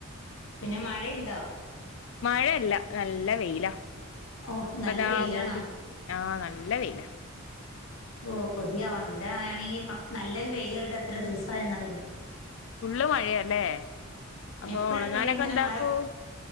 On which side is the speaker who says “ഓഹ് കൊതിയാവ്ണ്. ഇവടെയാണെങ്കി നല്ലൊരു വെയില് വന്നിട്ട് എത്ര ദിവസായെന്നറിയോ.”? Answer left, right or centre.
Left